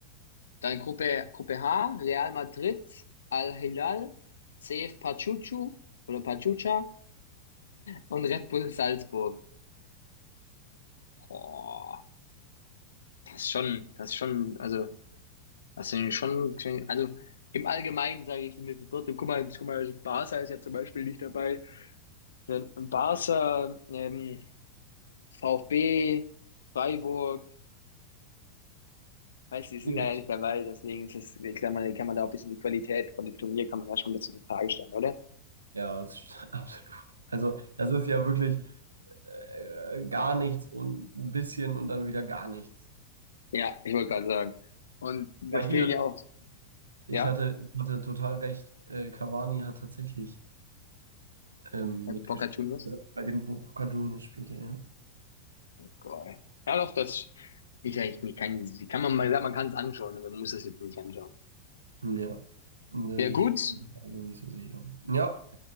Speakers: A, on the left; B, on the right.
A: Dann Gruppe, Gruppe H, Real Madrid, Al Hilal, CF Pachuchu oder Pachuca und Red Bull Salzburg. Boah. Das ist schon, das ist schon, also, das sind schon, also im Allgemeinen sage ich mir trotzdem, guck mal, guck mal, Barca ist ja zum Beispiel nicht dabei. Dann Barca, ähm, VfB, Freiburg, weißt du, die sind
B: Yes.
A: da ja nicht dabei, deswegen ist es, ich glaube, man kann man da auch ein bisschen die Qualität von dem Turnier kann man da schon ein bisschen in Frage stellen, oder?
B: Ja, das ist <laughs> absolut. Also, das ist ja wirklich äh, gar nichts und ein bisschen und dann wieder gar nichts.
A: Ja, ich wollte gerade sagen. Und da
B: Weil
A: fehlen
B: hier,
A: ja auch,
B: ich
A: ja,
B: hatte, ich hatte total recht, äh, Cavani hat tatsächlich ähm,
A: Herr
B: mitgespielt.
A: Boca Juniors.
B: Also bei dem Boca Juniors spielt er, ja.
A: Geil. Ja, doch, das, ich, ich ich kann, kann man mal sagen, man kann es anschauen, aber man muss es jetzt nicht anschauen.
B: Ja, Ne,
A: Ja, gut.
B: ich bin mir noch nicht so sicher. Ja,